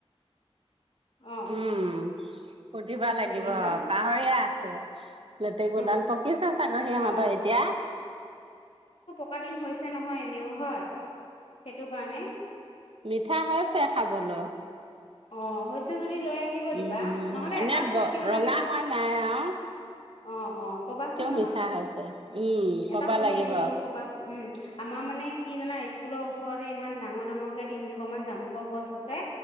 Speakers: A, on the left; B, on the right.
A: অ
B: উম। সুধিব লাগিব
A: ৰুই দিবা
B: পাহৰিয়ে আ অ লেতেকুডাল
A: নহ
B: পকিছে চাগৈ সিহঁতৰ
A: অ
B: এতিয়া
A: থকা দিন হৈছে নহয় এনেও হয় সেইটো কাৰণে।
B: মিঠা হৈছে খাবলৈ।
A: অ যদি লৈ আহিব দিবা
B: উম
A: নহ'লে
B: এনে
A: এটা ফুট সিহঁতে
B: ৰঙা
A: যদি
B: হোৱা নাই আৰু
A: অ অ ক'বাচোন
B: কিয়
A: নহ'লে
B: মিঠা হৈছে উম কব
A: এটা পুলি
B: লাগিব।
A: আনি দিব ক'বা আমাৰ মানে কি জানা স্কুলৰ ওচৰতে ইমান ডাঙৰ ডাঙৰকৈ তিনিজোপামান জামুকৰ গছ আছে।